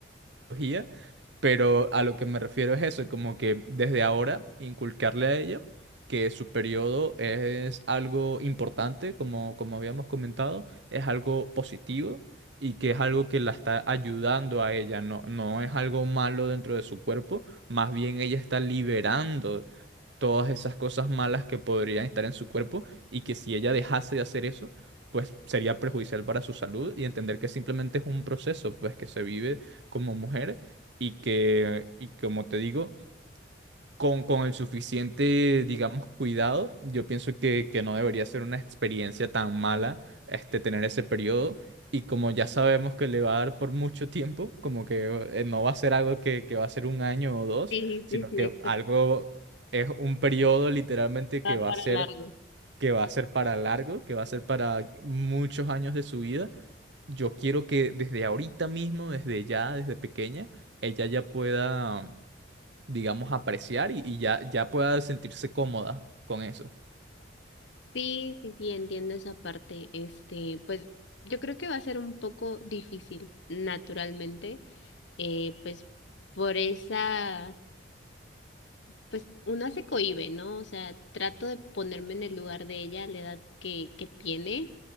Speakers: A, on the right; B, on the left.
A: tecnología, pero a lo que me refiero es eso, como que desde ahora inculcarle a ella que su periodo es algo importante, como, como habíamos comentado, es algo positivo y que es algo que la está ayudando a ella, no, no es algo malo dentro de su cuerpo, más bien ella está liberando todas esas cosas malas que podrían estar en su cuerpo y que si ella dejase de hacer eso, pues sería perjudicial para su salud y entender que simplemente es un proceso, pues que se vive como mujer y que, y como te digo, con, con el suficiente, digamos, cuidado, yo pienso que, que no debería ser una experiencia tan mala este, tener ese periodo. Y como ya sabemos que le va a dar por mucho tiempo, como que eh, no va a ser algo que, que va a ser un año
B: <laughs>
A: o dos,
B: sí,
A: sino
B: sí, sí,
A: que
B: exacto,
A: algo es un periodo literalmente que
B: va
A: va
B: para
A: a ser,
B: largo.
A: que va a ser para largo, que va a ser para muchos años de su vida yo quiero que desde ahorita mismo, desde ya, desde pequeña, ella ya pueda, digamos, apreciar y, y ya, ya pueda sentirse cómoda con eso.
B: Sí, sí, sí, entiendo esa parte. Este, pues yo creo que va a ser un poco difícil, naturalmente, eh, pues por esa pues una se cohíbe, ¿no? O sea, trato de ponerme en el lugar de ella, la edad que, que tiene.